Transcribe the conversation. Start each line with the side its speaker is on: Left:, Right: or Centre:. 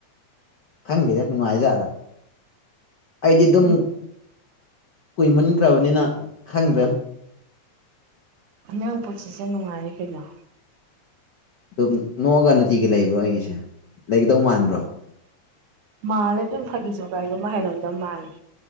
Left: ꯈꯪꯗꯦꯗꯦ ꯅꯨꯡꯉꯥꯏꯖꯥꯠꯂꯥ ꯑꯩꯗꯤ ꯑꯗꯨꯝ
Right: ꯎꯝ
Left: ꯀꯨꯏꯃꯟꯈ꯭ꯔꯕꯅꯤꯅ ꯈꯪꯗ꯭ꯔꯦ
Right: ꯅꯪ ꯄꯨꯟꯁꯤꯁꯦ ꯅꯨꯡꯉꯥꯏꯔꯦ ꯀꯩꯅꯣ
Left: ꯑꯗꯨꯝ ꯅꯣꯛꯑꯒ ꯅꯨꯡꯇꯤꯒꯤ ꯂꯩꯕ꯭ꯔꯣ ꯑꯩꯒꯤꯁꯦ ꯂꯩꯒꯗꯧ ꯃꯥꯟꯕ꯭ꯔꯣ
Right: ꯃꯥꯜꯂꯦ ꯑꯗꯨꯝ ꯐꯥꯒꯤ ꯖꯨꯒꯥꯢ ꯒꯨꯝꯕ ꯍꯥꯏꯔꯝꯗꯧ ꯃꯥꯜꯂꯦ